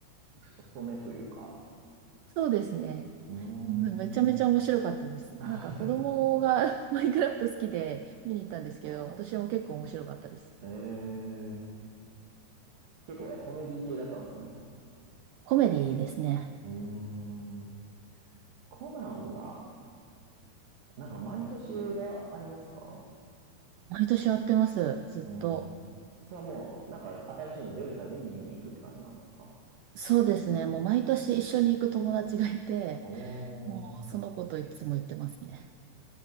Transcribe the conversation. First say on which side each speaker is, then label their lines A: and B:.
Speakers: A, on the right; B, on the right.
A: ふ太めというか。
B: <laughs> そうですね。
A: うー
B: うんめちゃめちゃ面白かったです。
A: ん。<laughs> あ
B: なんか子供が <laughs> マインクラフト好きで見に行ったんですけど、私も結構面白かったです。
A: あ。ええ結構ね、コメディ系だったんですね。
B: コメディですね。
A: うーん。コナンは、なんか毎年映画ありますか
B: 毎年やってます、ずっと。
A: うん。それはもう、なんか新しいの出るたびに見に行くって感じなんですか
B: そうですね。もう毎年一緒に行く友達がいて、
A: おー。
B: もうその子といつも行ってますね。